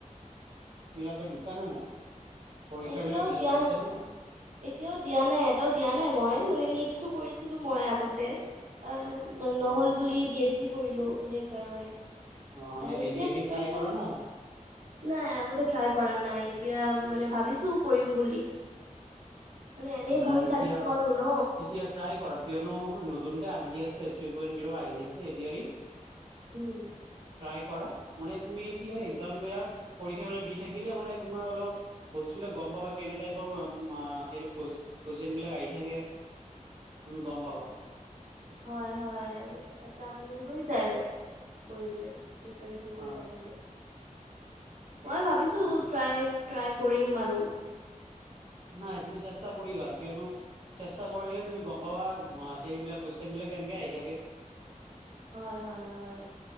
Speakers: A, on the right (about 40°); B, on the right (about 65°).
A: তই দিছা নে নাই? পৰীক্ষা
B: এতিয়াও
A: বিলাক দি
B: দিয়া
A: দিছে
B: ন,
A: নে নাই
B: এতিয়াও দিয়া নাই এটাও দিয়া নাই মই মানে নীত টো কৰিছিলো মই আগতে, <unintelligible> দেন
A: মানে
B: নহ'ল বুলি বি এছ চি কৰিলো সেইকাৰণে।
A: অ এনে
B: আৰু এতিয়া
A: এ দি আৰ
B: প্ৰিপেৰেচন
A: ই ট্ৰাই কৰা নাই আগতেও?
B: নাই আগতে ট্ৰাই কৰা নাই। এতিয়া মানে ভাবিছো কৰিম বুলি। মানে এনেই
A: নাই
B: বহি
A: এতিয়া,
B: থাকিব আৰু ন
A: এতিয়া ট্ৰাই কৰা কিয়নো নতুন আহি আছে থ্ৰী পইণ্ট জিৰ' আহি আছে A D R E.
B: Um
A: try কৰা মানে তুমি কি হয় একজাম বিলাক পৰীক্ষা বিলাক দি থাকিলে মানে তোমাৰ অলপ বস্তু বিলাক গম পাবা কেনে টাইপৰ আ হেৰি কুৱেছ কুৱেশ্চন বিলাক আহি থাকে তুমি গম পাবা।
B: হয় হয় এটা মানে হৈ যায় কৰিলে, প্ৰিপেৰেচন কৰি
A: অ
B: থাকিলে। মই ভাবিছো
A: সেইটো
B: ট্ৰাই, ট্ৰাই কৰিম আৰু।
A: নাই তুমি চেষ্টা কৰিবা কিয়নো চেষ্টা কৰিলেহে তুমি গম পাবা সেইবিলাক কুৱেশ্চন বিলাক কেনেকে আহি থাকে।
B: হয় হয় হয়।